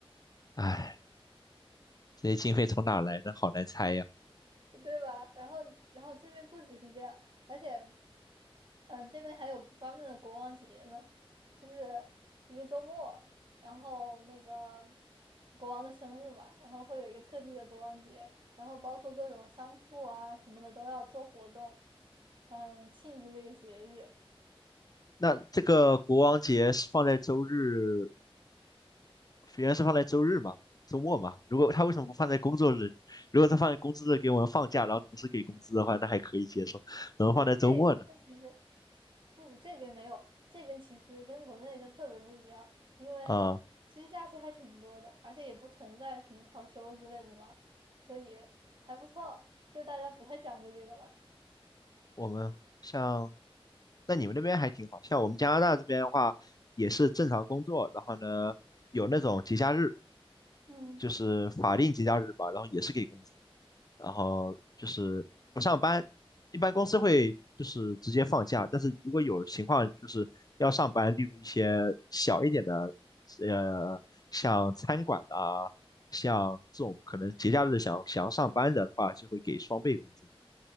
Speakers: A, on the left (about 40°); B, on the right (about 55°).
A: 唉，这些经费从哪来呢？好难猜呀。
B: <laughs> 对吧？然后然后这边不只是这样，而且。嗯，这边还有专门的国王节呢，就是一个周末，然后那个国王的生日嘛，然后会有一个特地的国王节，然后包括各种商铺啊什么的都要做活动，嗯，庆祝这个节日。
A: 那这个国王节是放在周日，原来是放在周日嘛？周末嘛？如果他为什么不放在工作日？如果他放在工作日给我们放假，然后同时给工资的话，那还可以接受，怎么放在周末呢？
B: 哎，但其实不，这边没有，这边其实跟国内就特别不一样，因为其实假期还挺多的，
A: 啊，
B: 而且也不存在什么调休之类的嘛，所以还不错，就大家不太讲究这个了。
A: 我们像，那你们那边还挺好，像我们加拿大这边的话，也是正常工作，然后呢，有那种节假日，
B: 嗯。
A: 就是法定节假日吧，然后也是给工资，然后就是不上班，一般公司会就是直接放假，但是如果有情况就是要上班，例如一些小一点的，呃，像餐馆的啊，像这种可能节假日想想要上班的话，就会给双倍工资，